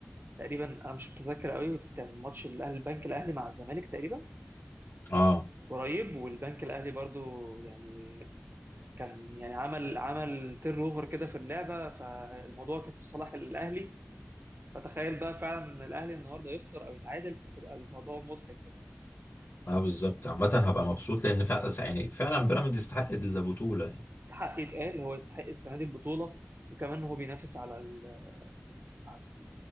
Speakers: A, on the right; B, on the left.
A: تقريبا انا مش متذكر قوي بس كان ماتش الاهلي البنك الاهلي مع الزمالك تقريبا
B: اه
A: قريب والبنك الاهلي برضو يعني كان يعني عمل عمل تير اوفر كده في اللعبه فالموضوع كان في صلاح الاهلي فتخيل بقى فعلا الاهلي النهارده يخسر او يتعادل فتبقى الموضوع مضحك يعني
B: اه بالظبط عامة هبقى مبسوط لان فعلا يعني فعلا بيراميدز يستحق البطولة يعني
A: حق يتقال هو يستحق السنه دي البطوله وكمان هو بينافس على ال على